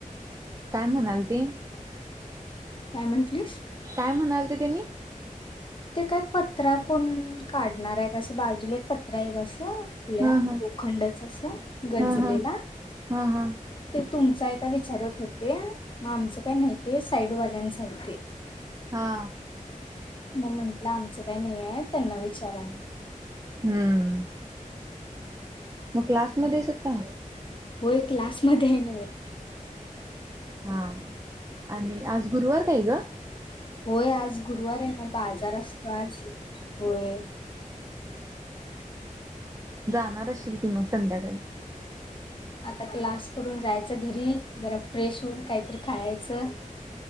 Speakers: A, on the right (about 25°); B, on the left (about 35°).
A: काय म्हणाल ते.
B: काय म्हंटलीस.
A: काय म्हणाल ते तेनी?
B: ते काय पत्रा कोण काढणार आहे, का असं बाजूला एक पत्रा आहे असं. आपल्या
A: हा हा
B: लोखंडाचं असं गंजलेला
A: हा हा हा हा
B: ते तुमचा एका वि चार होतं ते मग आमच काही नाही ते. साईड वाल्यांसाठी.
A: हा
B: मग म्हंटलं आमचं काही नाहीये, त्यांना विचारा.
A: हम्म. मग क्लासमध्येच होता?
B: होय क्लासमध्ये हाय नव्ह.
A: हा आणि आज गुरुवार काय ग.
B: होय आज गुरुवार आहे. बाजार असतो आज होय.
A: जाणार असशील की मग संध्या
B: आता क्लास करून. जायचं घरी जरा फ्रेश होऊन काहीतरी खायचं.